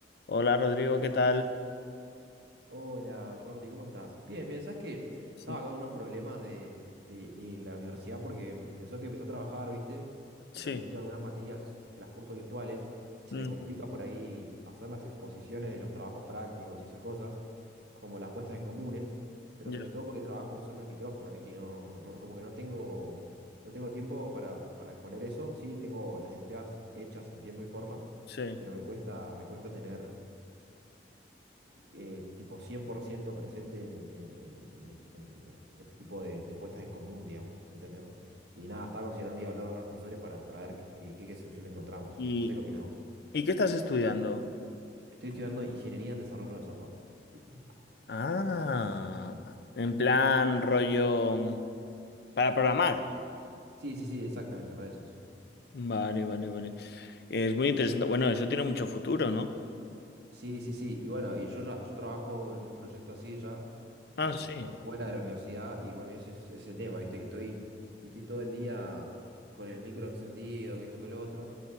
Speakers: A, on the left; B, on the right.
A: Hola Rodrigo, ¿qué tal?
B: Hola Jordi, ¿cómo estás? Bien, bien, ¿sabes qué?
A: Sí,
B: Estaba acá con unos problemas de, de, de la universidad porque empezó que empecé a trabajar, ¿viste?
A: sí,
B: Y también tengo algunas materias que las curso virtuales y
A: mm,
B: se me complica por ahí hacer las exposiciones de los trabajos prácticos y esas cosas, como las puestas en comunes, pero
A: ya,
B: sobre todo porque trabajo usando el micrófono, ¿viste? Y no, no- no- como que no tengo, no tengo tiempo para, para exponer eso. Sí, tengo las entregas hechas en tiempo y forma,
A: sí.
B: pero me cuesta, me cuesta tener eh, tipo 100% presente en, en- en- en est- en est- este tipo de, de puestas en común, digamos, ¿entendés? Y nada, estaba considerando ir a hablar a los profesores para, para ver qué, qué, qué, qué solución le encontramos.
A: ¿Y,
B: No sé qué opinás vos.
A: y qué estás estudiando?
B: Estoy estudiando ingeniería en desarrollo de software. <clears throat>
A: Ah, en plan rollo mm, para programar.
B: Sí, sí, sí, exactamente, para eso es.
A: Vale, vale, vale. Es muy interesante. Bueno, eso tiene mucho futuro, ¿no?
B: Sí, sí, sí. Y bueno, y yo ya, yo trabajo en un proyecto así ya, eh,
A: Ah,
B: tipo
A: sí,
B: por fuera de la universidad, y bueno, ese es, ese es el tema, ¿viste? Que estoy, que estoy todo el día con el micro encendido, que esto, que lo otro,